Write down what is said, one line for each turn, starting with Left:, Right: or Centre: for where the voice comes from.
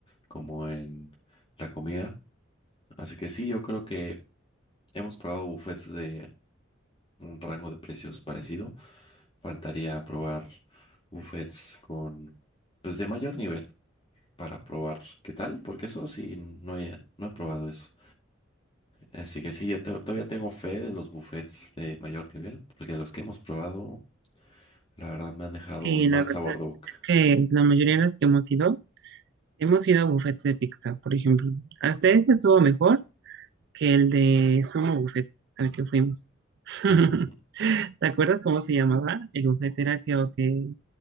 Left: como en la comida. Así que sí, yo creo que hemos probado buffets de un rango de precios parecido. Faltaría probar buffets con, pues de mayor nivel para probar qué tal, porque eso sí, no he, no he probado eso. Así que sí, yo to- todavía tengo fe de los buffets de mayor nivel, porque los que hemos probado, la verdad me han dejado
Right: Sí,
Left: un mal
Right: la verdad
Left: sabor de boca.
Right: es que la mayoría de las que hemos ido, hemos ido a buffets de pizza, por ejemplo. Hasta ese estuvo mejor que el de Sumo Buffet al que fuimos. <laughs>
Left: <laughs>
Right: ¿Te acuerdas cómo se llamaba? El buffet era creo que...